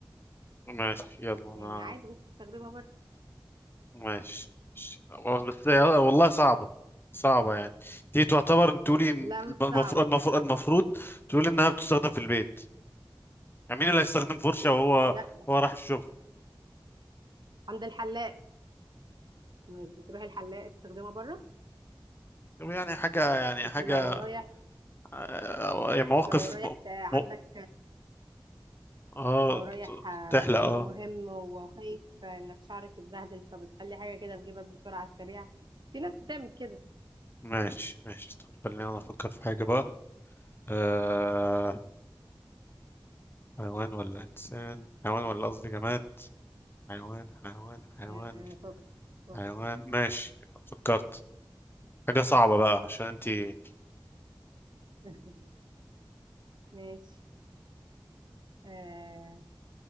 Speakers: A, on the left; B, on the right.
A: ماشي يلا انا
B: يعني عادي ممكن تستخدمها بره
A: ماشي والله- بس يلا، والله صعبة صعبة يعني دي تعتبر تقولي إن
B: لا مش
A: المفروض
B: صعبة
A: المفروض المفروض تقولي انها بتستخدم في البيت يعني مين اللي هيستخدم فرشة وهو
B: لا
A: هو راح الشغل
B: عند الحلاق مش بتروح الحلاق تستخدمها بره
A: طب يعني حاجة يعني
B: مش
A: حاجة
B: لو رايح
A: آه، يعني مواقف
B: مش لو رايح
A: م...
B: ت- عندك
A: م... اه
B: لو رايح آه،
A: تحلق
B: مشوار
A: اه
B: مهم وخايف انك شعرك يتبهدل فبتخلي حاجة كده في جيبك بسرعة على السريع في ناس بتعمل كده
A: ماشي ماشي طب خلينا انا افكر في حاجة بقى آه... حيوان ولا انسان حيوان ولا قصدي جماد حيوان حيوان حيوان
B: آه، فك فك
A: حيوان ماشي فكرت حاجة صعبة بقى عشان انتي
B: <laughs> ماشي آه